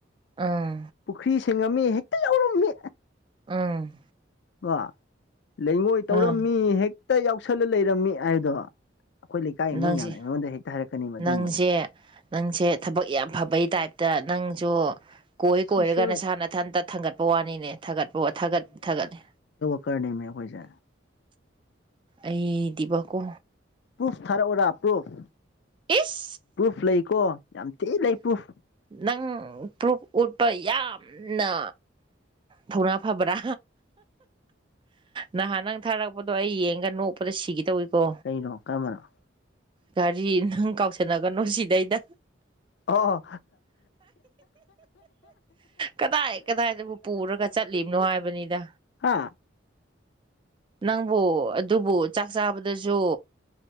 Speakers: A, on the right; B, on the left.
A: ꯎꯝ
B: ꯄꯨꯈ꯭ꯔꯤ ꯁꯦꯡꯉꯝꯃꯤ ꯍꯦꯛꯇ ꯌꯥꯎꯔꯝꯃꯤ
A: ꯎꯝ
B: ꯀꯣ ꯂꯩꯉꯣꯏ ꯇꯧꯔꯝꯃꯤ
A: ꯎꯝ
B: ꯍꯦꯛꯇ ꯌꯥꯎꯁꯜꯂ ꯂꯩꯔꯝꯃꯤ ꯍꯥꯏꯗꯣ ꯑꯈꯣꯏ ꯂꯩꯀꯥꯏ
A: ꯅꯪꯁꯦ
B: ꯃꯤ ꯃꯌꯥꯝꯅ ꯑꯩꯉꯣꯟꯗ ꯍꯦꯛꯇ ꯍꯥꯏꯔꯛꯀꯅꯤ
A: ꯅꯪꯁꯦ
B: ꯑꯗꯨꯝꯕꯗꯣ
A: ꯅꯪꯁꯦ ꯊꯕꯛ ꯌꯥꯝ ꯐꯕꯩ ꯇꯥꯏꯞꯇ ꯅꯪꯁꯨ ꯀꯣꯏ ꯀꯣꯏꯔꯒ
B: ꯁꯣꯁꯤꯌꯦꯜ
A: ꯅꯁꯥꯅꯊꯟꯇ ꯊꯥꯡꯒꯠꯄ ꯋꯥꯅꯤꯅꯦ ꯊꯥꯒꯠꯄ ꯊꯒꯠ ꯊꯥꯒꯠꯂꯤ
B: ꯄꯔꯅꯦꯃꯤ ꯑꯈꯣꯏꯁꯦ
A: ꯑꯩꯗꯤꯕꯀꯣ
B: ꯄ꯭ꯔꯨꯐ ꯊꯥꯔꯛ ꯎꯔ ꯄ꯭ꯔꯨꯐ
A: ꯏꯁ
B: ꯄ꯭ꯔꯨꯐ ꯂꯩꯀꯣ ꯌꯥꯝ ꯊꯤ ꯂꯩ ꯄ꯭ꯔꯨꯐ
A: ꯅꯪ ꯄ꯭ꯔꯨꯐ ꯎꯠꯄ ꯌꯥꯝꯅ ꯊꯧꯅꯥ ꯐꯕ꯭ꯔꯥ ꯅꯍꯥꯟ ꯅꯪ ꯊꯥꯔꯛꯄꯗꯣ ꯑꯩ ꯌꯦꯡꯒ ꯅꯣꯛꯄꯗ ꯁꯤꯒꯦ ꯇꯧꯏꯀꯣ
B: ꯀꯩꯅꯣ ꯀꯔꯝꯕꯅꯣ
A: ꯀꯔꯤ ꯅꯪ ꯀꯥꯎꯁꯟꯅꯒꯅꯨ ꯁꯤꯗꯩꯗ
B: ꯑꯣ
A: ꯀꯗꯥꯏ ꯀꯗꯥꯏꯗꯕꯨ ꯄꯨꯔꯒ ꯆꯠ ꯂꯤꯅꯣ ꯍꯥꯏꯕꯅꯤꯗ
B: ꯍꯥ
A: ꯅꯪꯕꯨ ꯑꯗꯨꯕꯨ ꯆꯥꯛ ꯆꯥꯕꯗꯁꯨ